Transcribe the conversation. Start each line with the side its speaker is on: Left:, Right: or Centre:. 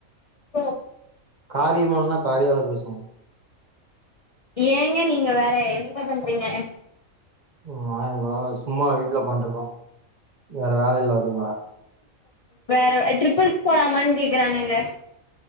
Left: ஹெலோ
Right: காரியம் ஆவ்ணுண்ணா காரியால பேசுவோ
Left: ஏங்க நீங்க வேற என்னங்க பண்றீங்க
Right: வா இங்கோ சும்மா வீட்ல உக்காண்ட்ருக்கோ வேற வேல இல்ல வரிங்ளா
Left: வேற ட்ரிப்புள்ஸ் போலாமான் கேக்குறங்கங்க